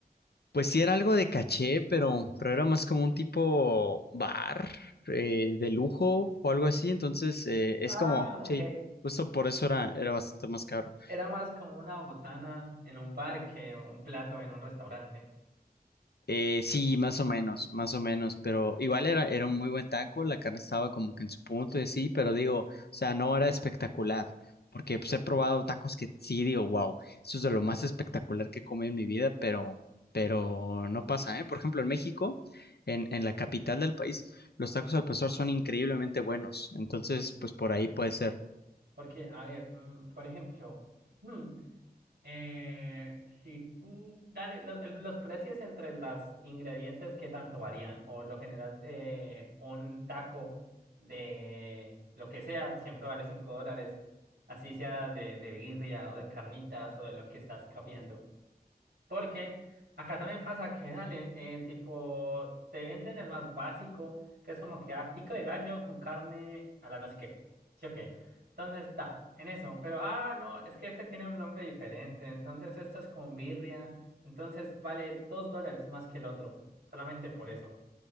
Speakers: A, on the left (about 75°); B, on the right (about 80°).
A: Pues sí era algo de caché, pero, pero era más como un tipo bar eh, de lujo o algo así. Entonces eh, es
B: Ah,
A: como,
B: ok.
A: sí, justo por eso era, era bastante más caro.
B: Era más como una botana en un bar que un plato en un restaurante.
A: Eh, sí, más o menos, más o menos, pero igual era, era un muy buen taco, la carne estaba como que en su punto y sí, pero digo, o sea, no era espectacular, porque pues he probado tacos que sí digo, wow, eso es de lo más espectacular que he comido en mi vida, pero, pero no pasa, ¿eh? Por ejemplo, en México, en, en la capital del país, los tacos al pastor son increíblemente buenos, entonces, pues
B: Ok.
A: por ahí puede ser.
B: Porque, a ver, mm, por ejemplo, mm, Eh, si tú, dale, lo- el- los precios entre los ingredientes, ¿qué tanto varían? O lo general, eh, un taco de lo que sea, siempre vale 5 dólares, así sea de, de birria o de carnitas o de lo que estás capeando. Porque acá también pasa que, dale, eh, tipo, te venden el más básico, que es como que a pico de gallo con carne a la no sé qué. ¿Sí o qué? Entonces, está, en eso. Pero, ah, no, es que este tiene un nombre diferente. Entonces, esto es con birria. Entonces, vale dos dólares más que el otro, solamente por eso.